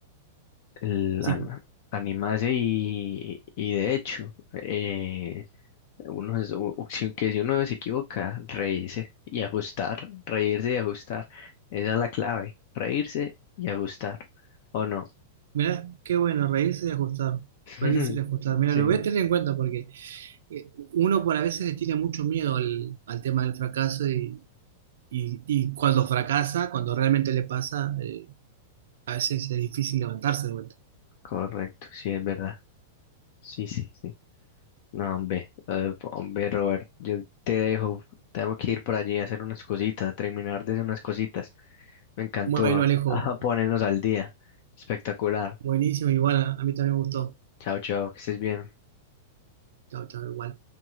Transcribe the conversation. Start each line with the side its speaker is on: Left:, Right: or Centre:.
Left: el,
Right: Sí,
Left: an- animarse y, y de hecho, eh, uno es, u- u- si- que si uno se equivoca, reírse y ajustar. Reírse y ajustar. Esa es la clave. Reírse y ajustar. ¿O no?
Right: mirá, qué bueno, reírse y ajustar,
Left: <laughs>
Right: reírse y ajustar. Mira,
Left: Sí,
Right: lo voy a tener en cuenta porque eh, uno por a veces le tiene mucho miedo al, al tema del fracaso y, y, y cuando fracasa, cuando realmente le pasa, eh, a veces es difícil levantarse de vuelta.
Left: correcto, sí, es verdad. Sí, sí, sí. No, hombre, eh, hombre, Robert, yo te dejo. Tengo que ir por allí a hacer unas cositas, terminar de hacer unas cositas. Me encantó
Right: Bueno, Alejo,
Left: <laughs> ah, ponernos al día. Espectacular.
Right: buenísimo, igual a, a mí también me gustó.
Left: Chao, chao, que estés bien.
Right: Chao, chao, igual.